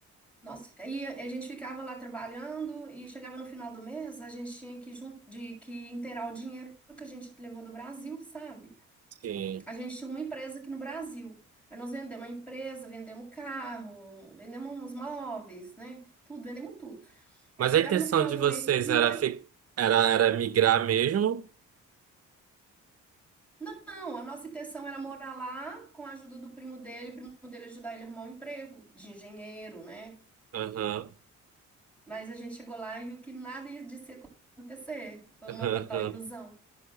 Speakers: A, in the centre; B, on the right.
A: Nós, aí a a gente ficava lá trabalhando e chegava no final do mês, a gente tinha que, jun- de, que inteirar o dinheiro que a gente levou do Brasil, sabe?
B: Sim.
A: A gente tinha uma empresa aqui no Brasil. Aí nós vendemos a empresa, vendemos o carro, vendemos os móveis, né? Tudo, vendemos tudo. Aí
B: Mas
A: chegava
B: a intenção
A: no final
B: de
A: do
B: vocês
A: mês, o dinheiro.
B: era, fi- era, era migrar mesmo?
A: Não, a nossa intenção era morar lá com a ajuda do primo dele, o primo dele ajudar ele a arrumar um emprego de engenheiro, né?
B: Uhum.
A: Mas a gente chegou lá e viu que nada ia disso ia acontecer. Foi uma
B: Uhum.
A: total ilusão.